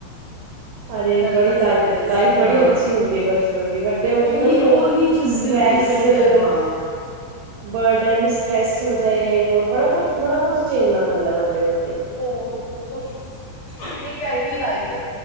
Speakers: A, on the right; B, on the left.
A: ਅਰੇ
B: ਸਾਡੇ
A: ਬੜੀ
B: ਦਸ
A: ਲਾਈਫ
B: ਜਾਂਦੇ
A: ਲਾਈਫ
B: ਸੀ
A: ਬੜੀ
B: ਹਾਂ,
A: ਅੱਛੀ ਹੁੰਦੀ ਹੈ ਬਚਪਨ ਦੀ ਵੱਡੇ ਹੋ ਕੇ
B: ਉਹੀ
A: ਨਾ ਫੇਰ
B: ਉਹੀ ਜ਼ਿੰਦਗੀ
A: ਸਟਰ੍ਰੈਸ
B: ਹੁੰਦੀ ਏ। ਜਿਹੜੀ ਦੇ ਹਾਂ।
A: <inaudible> ਬਰਡਨ ਸਟਰ੍ਰੈਸ ਹੋ ਜਾਏ ਔਰ ਬੜਾ ਕੁਛ ਬੜਾ ਕੁਛ ਝੇਲਣਾ ਪੈਂਦਾ ਵੱਡੇ ਹੋ ਕੇ।
B: ਬਹੁਤ ਬਹੁਤ ਖੁਸ਼ ਇੱਕ ਹੈਗੀ ਲਾਈਫ